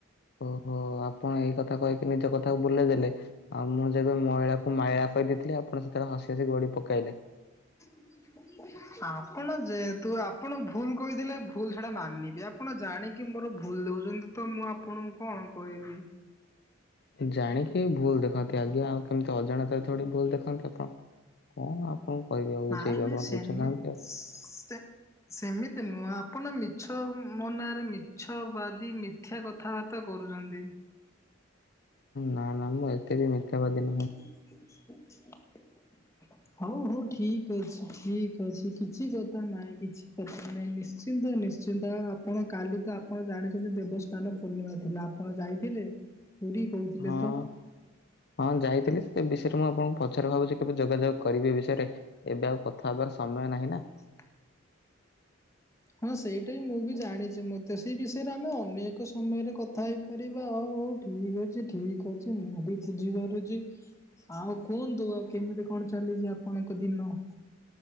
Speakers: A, on the left; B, on the left.
A: ଓହୋ ଆପଣ ଏଇ କଥା କହିକି ନିଜ କଥାକୁ ବୁଲେଇ ଦେଲେ ଆଉ ମୁଁ ଯେବେ ମଇଳାକୁ ମାୟା କହିଦେଇଥିଲି ଆପଣ ସେଥିରେ ହସି ହସି ଗୋଡି ପକେଇଲେ
B: <inaudible> ଆପଣ ଯେ ତୁ ଆପଣ ଭୁଲ କହିଥିଲେ ଭୁଲ ସେଟା ମାନିବେ ଆପଣ ଜାଣିକି ମୋର ଭୁଲ ଦୋଉଛନ୍ତି ତ ମୁଁ ଆପଣଙ୍କୁ କଣ କହିବି
A: ଜାଣିକି ଭୁଲ୍ ଦେଖନ୍ତି ଆଜ୍ଞା ଆଉ କେମିତି ଅଜାଣତା ଭୁଲ ଦେଖନ୍ତି ଆପଣ କଣ କଣ କହିବି ଆଉ
B: ନାଇଁ
A: ବୁଝେଇବି
B: ନା
A: ଆପଣ
B: ସେମି
A: ବୁଝୁନାହାନ୍ତି ଆଉ।
B: ସେ ସେମିତି ନୁହଁ ଆପଣ ମିଛ ମୋ ନାରେ ମିଛ ବାଦି ମିଥ୍ୟା କ କଥାବାର୍ତ୍ତା କରୁଚ଼ନ୍ତି
A: ନା ନା ମୁଁ ଏତେ ବି ମିଥ୍ୟା ବାଦୀ ନୁହଁ
B: <inaudible> ହଉ ହଉ ଠିକ୍ ଅଛି ଠିକ ଅଛି କିଛି କଥା ନାଇଁ କିଛି ନାଇଁ ନିଶ୍ଚିନ୍ତ ନିଶ୍ଚିନ୍ତ ଆପଣ କାଲି ତ ଆପଣ ଜାଣିଛନ୍ତି ଦେବସ୍ ସ୍ଥାନ ପୂର୍ଣ୍ଣିମା ଥିଲା ଆପଣ ଯାଇଥିଲେ ପୁରୀ? କହୁଥିଲେ
A: ହଁ।
B: ତ?
A: ହଁ ଯାଇଥିଲି ସେ ବିଷୟରେ ମୁଁ ଆପଣଙ୍କୁ ପଛରେ ଭାବୁଛି କେବେ ଯୋଗାଯୋଗ କରିବି ବିଷୟରେ ଏବେ ଆଉ କଥା ହବାର ସମୟ ନାହିଁ ନା?
B: <unintelligible> ହଁ ସେଇଟା ହ ମୁଁ ବି ଜାଣିଛି ମ ସେଇ ବିଷୟରେ ଆମେ ଅନେକ ସମୟରେ କ କଥା ହେଇପାରିବା ହଉ ହଉ ଠିକ୍ ଅଛି ଠିକ୍ ଅଛି ମୁଁ ବି ବୁଝିପାରୁଛି ଆଉ କୁହନ୍ତୁ ଆଉ କେମିତି କଣ ଚାଲିଚି ଆପଣଙ୍କ ଦିନ?